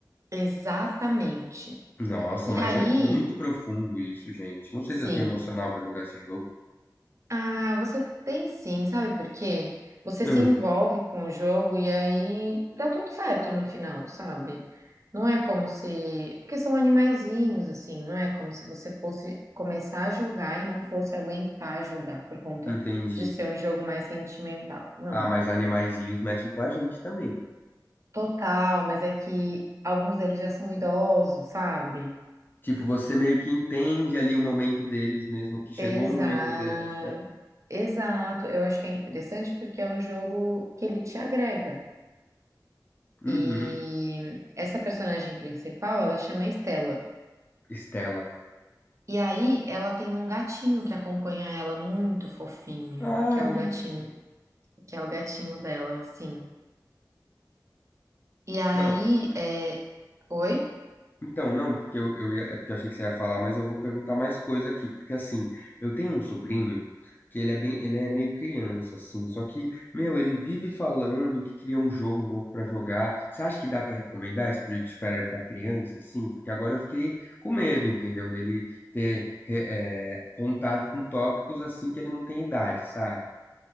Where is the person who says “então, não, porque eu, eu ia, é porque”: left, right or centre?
Left